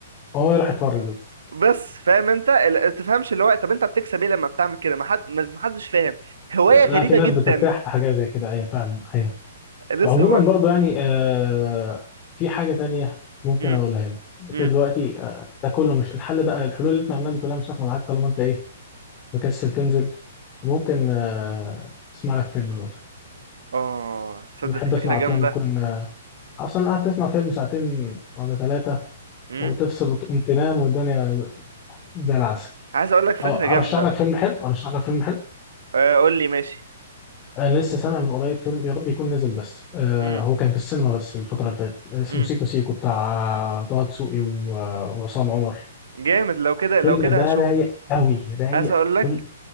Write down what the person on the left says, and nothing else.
آه، راح اتفرج بس
لا في ناس
بترتاح في حاجة زي كده أيوة فعلا أيوة
عموما
برضو يعني آه في حاجة تانية ممكن
أقولها لك أنت
دلوقتي آه ده كله مش الحل ده الحلول اللي احنا قلناها دي كلها مش هتاخد معاك طالما أنت إيه مكسل تنزل ممكن آه تسمع لك فيلم بس
أنا بحب
أسمع
أفلام تكون آه أصلا قاعد تسمع فيلم ساعتين ولا ثلاثة
وتفصل وتقوم تنام والدنيا زي العسل
اه
ارشح لك فيلم حلو ارشح لك فيلم حلو
انا لسه سامع من قريب فيلم يا رب يكون نزل بس آه
هو كان في السينما بس الفتره اللي فاتت آه، اسمه
سيكو سيكو بتاع آه، طه دسوقي و- آه، وعصام عمر
الفيلم
ده
رايق قوي رايق
كل